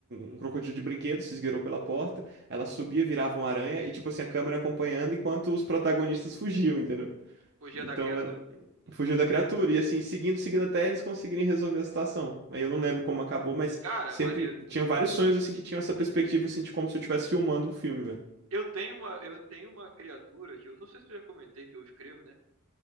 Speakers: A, on the right; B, on the right.
A: um- um crocodilo de brinquedo, se esgueirou pela porta, ela subia, virava uma aranha, e tipo assim, a câmera acompanhando enquanto os protagonistas fugiam, entendeu?
B: O Dia
A: Então
B: da Criatura?
A: Fugiu da criatura, e assim, seguindo, seguindo até eles conseguirem resolver a situação. Aí eu não lembro como acabou, mas
B: Cara,
A: sempre
B: maneiro.
A: tinha vários sonhos assim que tinham essa perspectiva assim de como se eu estivesse filmando um filme, velho.
B: Eu tenho uma, eu tenho uma criatura que eu não sei se eu já comentei que eu escrevo, né?